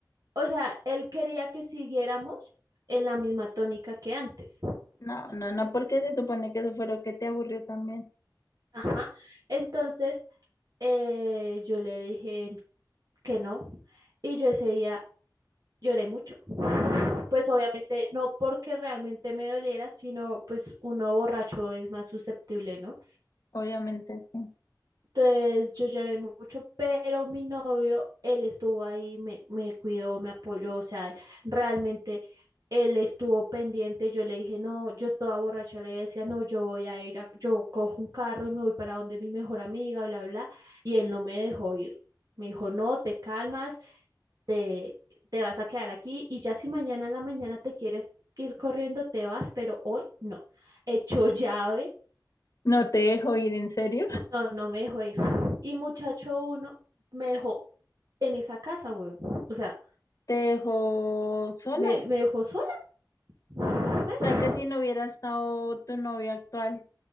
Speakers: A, on the right; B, on the left.
A: o sea, él quería que siguiéramos en la misma tónica que antes.
B: No, no, no, porque se supone que eso fue lo que te aburrió también.
A: Ajá. Entonces, Eh, yo le dije que no y yo ese día lloré mucho. Pues obviamente no porque realmente me doliera, sino pues uno borracho es más susceptible, ¿no?
B: Obviamente, sí.
A: Entonces yo lloré mucho, pero mi novio, él estuvo ahí, me, me cuidó, me apoyó, o sea, realmente él estuvo pendiente. Yo le dije, no, yo toda borracha le decía, no, yo voy a ir, a- yo cojo un carro y me voy para donde mi mejor amiga, bla, bla, y él no me dejó ir. Me dijo, no, te calmas, te, te vas a quedar aquí y ya si mañana en la mañana te quieres ir corriendo, te vas, pero hoy no. Echó <laughs> llave
B: No te dejó ir, ¿en serio?
A: no, no me dejó ir. Y muchacho uno me dejó en esa casa, weón. O sea,
B: Te dejó sola.
A: me,
B: O
A: me dejó sola. marica.
B: sea, que si no hubiera estado tu novio actual,